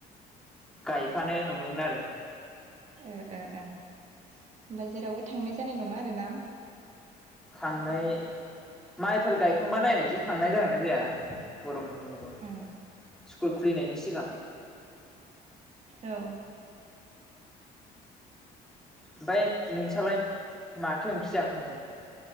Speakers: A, in the centre; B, on the right.
A: गायफानो नंदोंमोन आरो
B: ओ ओ ओ होमबा जेरावबो थांनाय जानाय नङा आरो ना?
A: थांनाय माइफोर गायखांबा नायनायसै थांनाय जागोना जाया गरम बन्द
B: ओं
A: स्कुल खुलिनायनि सिगां
B: औ।
A: ओमफ्राय नोंसालाय माथो ओंख्रि जाखांखोमोन?